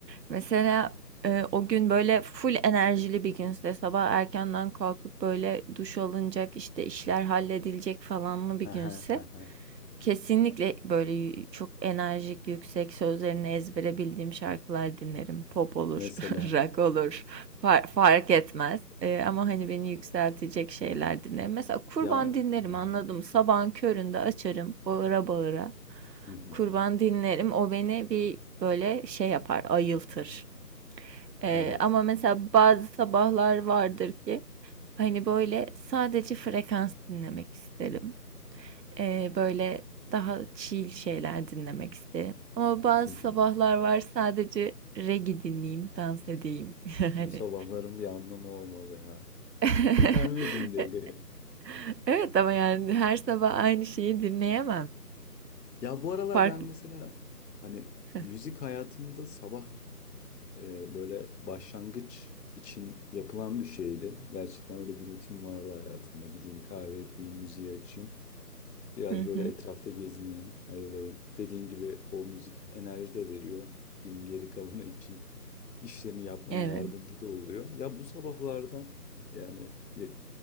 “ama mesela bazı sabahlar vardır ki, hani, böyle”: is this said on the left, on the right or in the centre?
Right